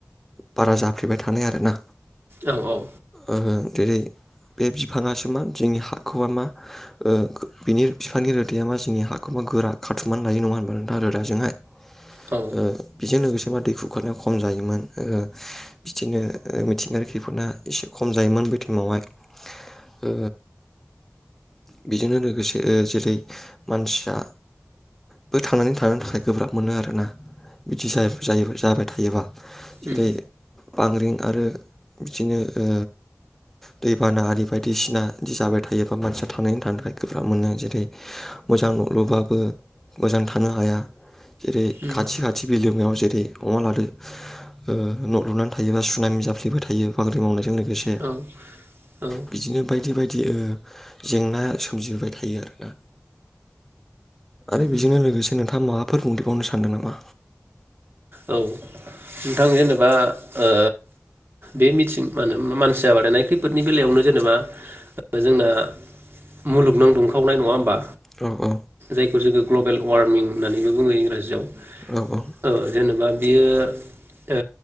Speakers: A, in the centre; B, on the right (about 50°).
A: बारा जाफ्लेबाय थानाय आरोना
B: औ
A: आङो जेरै बे बिफाङासोमा जोंनि हाखौबा मा ओ बिनि बिफांनि रोदाया मा जोंनि हाखौबा गोरा खाथुमनानै लायो नङा होनबा नोंथां रोदाजोंहाय
B: औ
A: ओ बेजों लोगोसे मा दै खुरखानाया खम जायोमोन ओ बिदिनो मिथिंगानि खैफोदा एसे खम जायोमोन बे टाइमावहाय ओ बेजोंनो लोगोसे जेरै मानसिया बो थांनानै थानो थाखाय गोब्राब मोनो आरोना बिदि जायफ-जायोफो जाबाय थायोबा जेरै
B: उम
A: बांग्रिं आरो बिदिनो ओ दैबाना आरि बायदिसिना दि जाबाय थायोबा मानसिया थांनानै थानो थाखाय गोब्राब मोनो जेरै मोजां न'लुबाबो मोजां था- थानो हाया जेरै
B: उम
A: खाथि खा- याव जेरै अमा लादो ओ न' लुनानै थायोबा सुुनामि जाप्लेबाय थायो बांग्रिं मावनायजोंनो लो- गोसे
B: औ उम उम
A: बिदिनो बायदि बायदि ओ जेंनाया सोमजिबाय थायो आरोना आरो
B: उम
A: बेजोंनो लोगोसे नोंथाङा माबाफोर बुंदेबावनो सानदों नामा
B: औ नोंथां जेनेबा ओ बे मिथिं माहोन मानसिया बादायनाय खैफोदनि बेलायावनो जेनेबा जोंना मुलुगनां दुंखावनाय नङा होमबा
A: औ औ
B: जायखौ जोङो ग्ल'बेल वार्मिं होननानैबो बुङो इंराजियाव
A: नंगौ
B: ओ जेनेबा बियो ओ